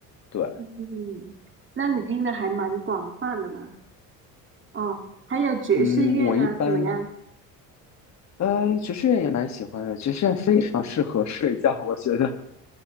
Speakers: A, on the left; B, on the right.
A: 对，
B: 嗯，那你听的还蛮广泛的嘛。哦，还有爵士乐呢，
A: 嗯，我一般。
B: 怎么样？
A: 呃，爵士乐也蛮喜欢的，爵士乐非常适合睡觉，我觉得。